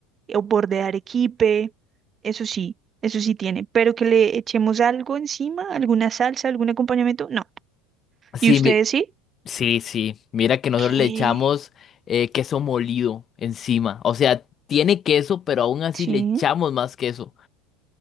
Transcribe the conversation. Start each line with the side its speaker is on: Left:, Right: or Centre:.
Right: o borde de arequipe, eso sí, eso sí tiene, pero que le echemos algo encima, alguna salsa, algún acompañamiento, no.
Left: Sí,
Right: ¿Y ustedes
Left: mi-
Right: sí?
Left: sí, sí. Mira que nosotros
Right: ¿Qué?
Left: le echamos eh, queso molido encima. O sea, tiene queso, pero aún así
Right: Sí.
Left: le echamos más queso.